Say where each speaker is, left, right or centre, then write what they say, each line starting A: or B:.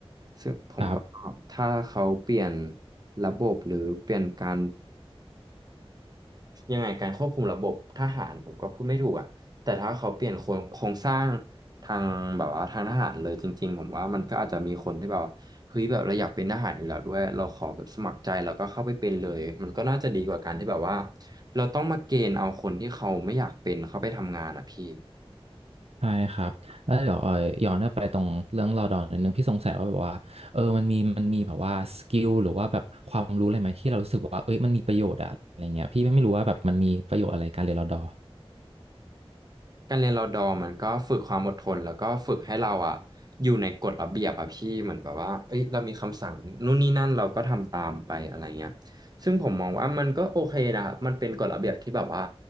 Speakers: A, on the right (about 40°); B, on the right (about 80°).
A: ซึ่งผมก็
B: ครับ
A: ถ้าเขาเปลี่ยนระบบหรือเปลี่ยนการ ยังไงการควบคุมระบบทหารผมก็พูดไม่ถูกอ่ะแต่ถ้าเขาเปลี่ยนโครงโครงสร้างทางแบบว่าทางทหารเลยจริงๆผมว่ามันก็อาจจะมีคนที่แบบว่าเฮ้ยแบบเราอยากเป็นทหารอยู่แล้วด้วยเราขอแบบสมัครใจแล้วก็เข้าไปเป็นเลยมันก็น่าจะดีกว่าการที่แบบว่าเราต้องมาเกณฑ์เอาคนที่เขาไม่อยากเป็นเข้าไปทำงานอ่ะพี่
B: ใช่ครับแล้วเดี๋ยวเอ่อย้อนกลับไปตรงเรื่องเราดอนนิดนึงพี่สงสัยว่าแบบว่าเออมันมีมันมีแบบว่าสกิลหรือว่าแบบความรู้อะไรไหมที่เรารู้สึกว่าเอ้ยมันมีประโยชน์อะอะไรเงี้ยพี่ไม่รู้ว่าแบบมันมีประโยชน์อะไรการเรียนรอดอ
A: การเรียนรอดอร์มันก็ฝึกความอดทนแล้วก็ฝึกให้เราอะอยู่ในกฎระเบียบอะพี่เหมือนแบบว่าเอ้ยเรามีคำสั่งนู่นนี่นั่นเราก็ทำตามไปอะไรเงี้ยซึ่งผมมองว่ามันก็โอเคนะครับมันเป็นกฎระเบียบที่แบบว่า